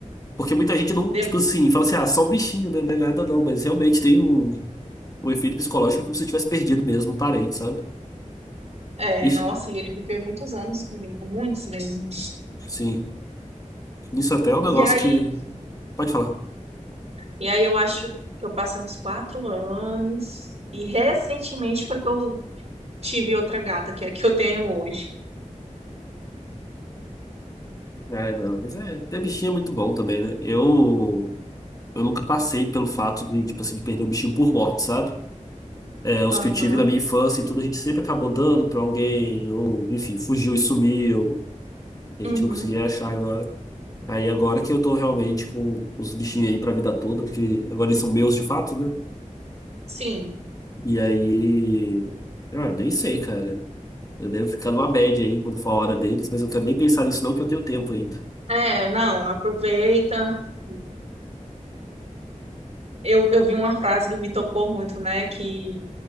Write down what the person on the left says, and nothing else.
Porque muita gente não,
tipo assim, fala assim, ah, só o bichinho, né? Não é nada não, mas realmente tem um, um efeito psicológico é como se tivesse perdido mesmo um parente, sabe?
Isso,
sim. Isso até é um
negócio
que. Pode falar.
É, não, mas é, ter bichinho é muito bom também, né? Eu, eu nunca passei pelo fato de, tipo assim, de perder um bichinho por morte, sabe? É, os
que eu tive na minha infância e tudo, a gente sempre acabou dando pra alguém, ou, enfim, fugiu e sumiu, e a
gente não conseguia achar agora. Aí agora que eu tô realmente com os bichinhos aí pra vida toda, porque agora eles são meus de fato, né?
E aí, ah, eu nem sei, cara. Eu devo ficar numa média aí quando for a hora deles, mas eu quero nem pensar nisso não, que eu tenho tempo ainda.